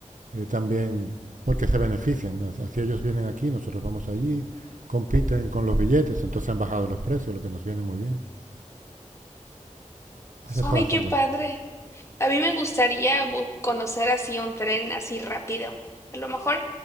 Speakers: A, on the right; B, on the left.
A: eh, también, porque se benefician. Así ellos vienen aquí, nosotros vamos allí, compiten con los billetes, entonces han bajado los precios, lo que nos viene muy bien.
B: sí.
A: Eso está
B: Ay,
A: bastante.
B: qué padre.
A: bien.
B: A mí me gustaría bu- conocer así un tren así rápido. A lo mejor,